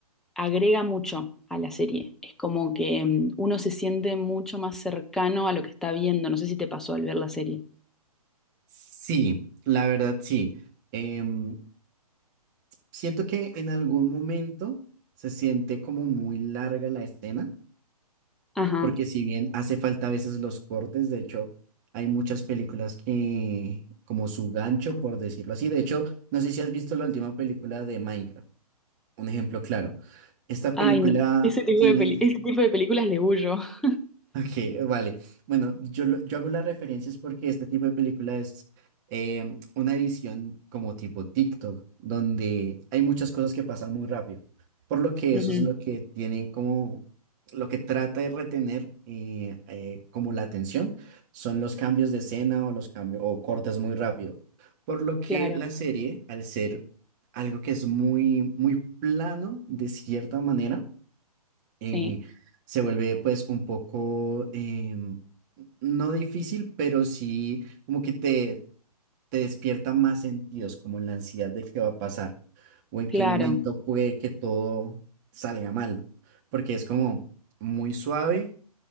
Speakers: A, in the centre; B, on the right.
A: agrega mucho a la serie. Es como que em, uno se siente mucho más cercano a lo que está viendo. No sé si te pasó al ver la serie.
B: Sí, la verdad sí. Em, siento que en algún momento se siente como muy larga la escena,
A: Ajá.
B: porque si bien hace falta a veces los cortes, de hecho, hay muchas películas que, como su gancho, por decirlo así. De hecho, no sé si has visto la última película de Minecraft. Un ejemplo claro. Esta
A: Ay,
B: película
A: no. Ese tipo
B: tiene,
A: de peli- ese tipo de películas le huyo. <laughs>
B: Ok, vale. Bueno, yo, lo- yo hago las referencias porque este tipo de película es em, una edición como tipo TikTok, donde hay muchas cosas que pasan muy rápido. Por lo que
A: Ujú,
B: eso es lo que tiene como, lo que trata de retener eh, eh, como la atención, son los cambios de escena o los cambios o cortes muy rápido. Por lo que
A: Claro,
B: la serie, al ser algo que es muy, muy plano de cierta manera, eh,
A: sí,
B: se vuelve pues un poco, em, no difícil, pero sí como que te, te despierta más sentidos, como la ansiedad de qué va a pasar o en
A: claro,
B: qué momento puede que todo salga mal, porque es como muy suave,